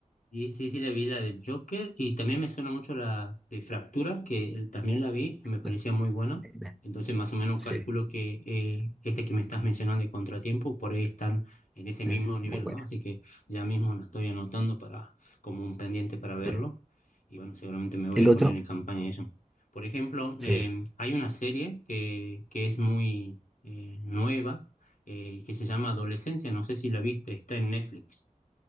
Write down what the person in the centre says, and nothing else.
Eh,
eh,
Sí,
eh,
muy buena.
Eh,
El
otro,
sí.